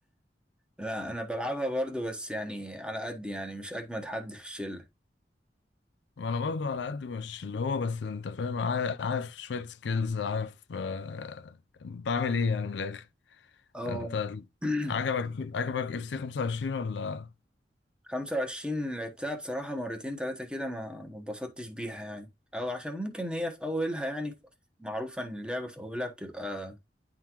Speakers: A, in the centre; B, on the left (about 85°).
A: لا انا بلعبها برضو بس يعني على قد يعني مش اجمد حد في الشلة
B: ما انا برضو على قد مش اللي هو بس انت فاهم عارف, عارف شوية سكيلز عارف آه، بعمل ايه يعني من الاخر
A: اه
B: انت
A: <clears throat>
B: عجبك عجبك اف سي 25 ولا
A: 25 لعبتها بصراحة مرتين تلاتة كده ما ما اتبسطتش بيها يعني او عشان ممكن هي في اولها يعني ف- معروفة ان اللعبة في اولها بتبقى